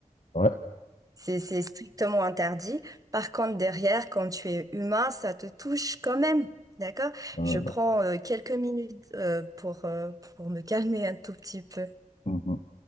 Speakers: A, on the left; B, on the right.
A: Ouais.
B: C'est, c'est strictement interdit. Par contre, derrière, quand tu es humain, ça te touche quand même. D'accord?
A: euh,
B: Je prends euh, quelques minutes euh, pour, euh, pour me calmer un tout petit peu.
A: mhm.